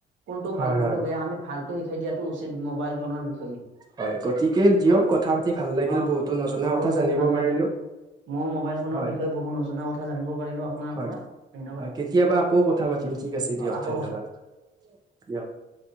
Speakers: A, on the right (about 70°); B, on the right (about 20°).
A: কোনটো
B: হয়
A: ভাল কোনটো
B: হয়
A: বেয়া আমি ভাল টো শিকাই দিয়াটো উচিত মোবাইল ফোনৰ বিষয়ে।
B: হয় গতিকে দিয়ক
A: হয়
B: কথা পাতি ভাল লাগিল
A: অ
B: বহুতো নজনা
A: মোৰো
B: কথা
A: বহু
B: জানিব
A: ভাল
B: পাৰিলো।
A: লাগিল মই মোবাইল ফোনৰ
B: হয়
A: বিষয়ে বহুত নজনা কথা জানিব পাৰিলো আপোনাৰ
B: হয়
A: পৰা ধন্যবাদ।
B: হয় কেতিয়াবা আকৌ কথা পাতিম ঠিক আছে দিয়ক
A: অ আকৌ
B: ধন্যবাদ দিয়ক।